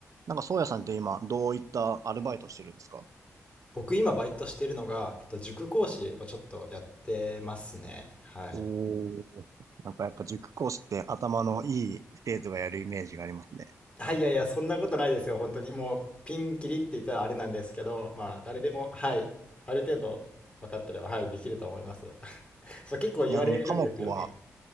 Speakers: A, on the right; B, on the left.
A: なんか、宗谷さんって今、どういったアルバイトしてるんですか
B: 僕今バイトしてるのが、えっと、塾講師をちょっとやってますね。はい。
A: おーなんかやっぱ塾講師って頭のいい生徒がやるイメージがありますね。
B: はい、いやいや、そんなことないですよ、本当に。もう、ピンキリって言ったらあれなんですけど、まあ、誰でも、はい、ある程度分かってれば、はい、できると思います。<laughs> そう、結構言われるんですよね。
A: ちなみに科目は